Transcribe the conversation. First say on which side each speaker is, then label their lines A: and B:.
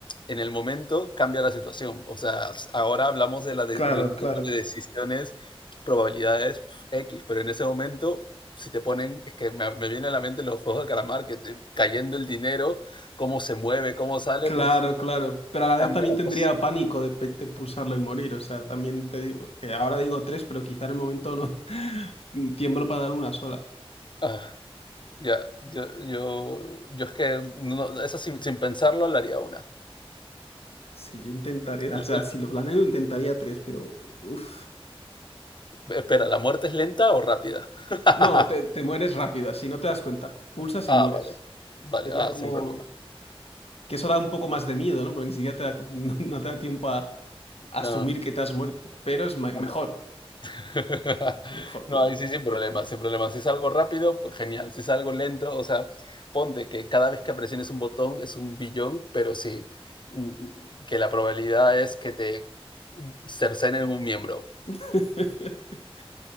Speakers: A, on the left; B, on the left.
A: en el momento cambia la situación. O sea, ahora hablamos de, la de,
B: Claro,
A: de un
B: claro.
A: tema de decisiones, probabilidades X, pero en ese momento, si te ponen, es que me, me viene a la mente los juegos de calamar, que te, cayendo el dinero, cómo se mueve, cómo sale,
B: Claro,
A: pues
B: claro. Pero a la vez
A: cambia
B: también
A: la
B: tendría
A: cosa.
B: pánico de, pe- de pulsarlo y morir. O sea, también te digo, que ahora digo tres, pero quizá en el momento no <laughs> tiemblo para dar una sola.
A: Ah, ya, yo, yo, yo es que no, no, eso sin, sin pensarlo le haría una.
B: Sí, yo intentaría,
A: El-
B: o sea,
A: el-
B: si lo planeo, intentaría tres, pero... uf.
A: espera, ¿la muerte es lenta o rápida? <laughs>
B: No, te, te mueres rápido, así no te das cuenta. Pulsas
A: Ah,
B: y mueres.
A: vale, vale,
B: Sería
A: ah,
B: como...
A: sin problema.
B: Que eso da un poco más de miedo, ¿no? Porque ni siquiera te da- <laughs> no, no te da tiempo a, a
A: No,
B: asumir que te has muerto. Pero es ma- mejor,
A: no, <laughs>
B: mejor.
A: No,
B: claro.
A: ahí sí, sin problemas, sin problemas. Si es algo rápido, pues genial. Si es algo lento, o sea, ponte que cada vez que presiones un botón es un billón, pero sí, mm, que la probabilidad es que te cercenen un miembro.
B: <laughs>